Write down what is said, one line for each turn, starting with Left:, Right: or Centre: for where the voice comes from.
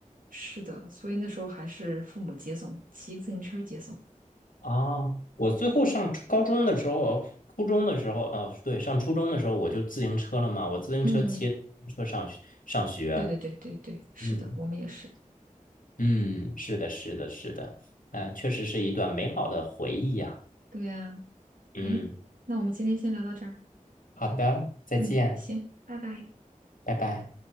Right: 是的，所以那时候还是父母接送，骑个自行车接送。
Left: 啊，我最后上初高中的时候，初中的时候，啊，对，上初中的时候我就自行车了嘛，我自行车骑自行车上学上学，
Right: 嗯，对对对对对，是的，
Left: 嗯
Right: 我们也是。
Left: 嗯，是的，是的，是的，哎，确实是一段美好的回忆呀，
Right: 对呀，
Left: 嗯，
Right: 哎，那我们今天先聊到这儿。
Left: 好的，再见，
Right: 嗯，行，拜拜。
Left: 拜拜。